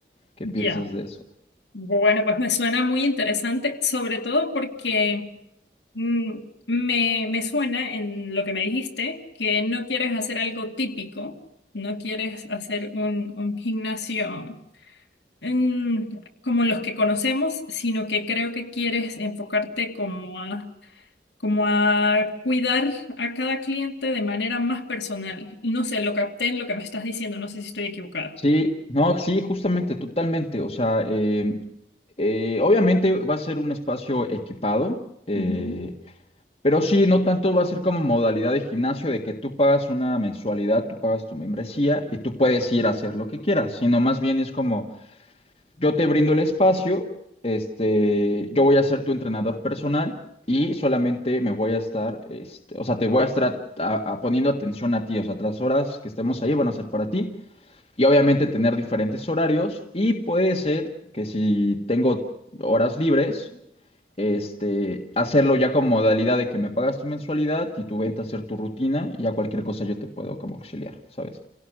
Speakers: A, on the left (about 35°); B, on the left (about 85°).
A: ¿Qué
B: Ya.
A: piensas de eso?
B: Bueno, pues me suena muy interesante, sobre todo porque mm, me, me suena en lo que me dijiste, que no quieres hacer algo típico, no quieres hacer un, un gimnasio mm, como los que conocemos, sino que creo que quieres enfocarte como a como a cuidar a cada cliente de manera más personal. No sé, lo capté en lo que me estás diciendo, no sé si estoy equivocada.
A: Sí, no, sí, justamente, totalmente. O sea, eh, eh, obviamente va a ser un espacio equipado. eh,
B: Ujú.
A: Pero sí, no tanto va a ser como modalidad de gimnasio de que tú pagas una mensualidad, tú pagas tu membresía y tú puedes ir a hacer lo que quieras, sino más bien es como yo te brindo el espacio, este, yo voy a ser tu entrenador personal y solamente me voy a estar, este, o sea, te voy a estar a- a- poniendo atención a ti, o sea, las horas que estemos ahí van a ser para ti y obviamente tener diferentes horarios y puede ser que si tengo horas libres, este, hacerlo ya con modalidad de que me pagas tu mensualidad y tú vente a hacer tu rutina y ya cualquier cosa yo te puedo como auxiliar, ¿sabes?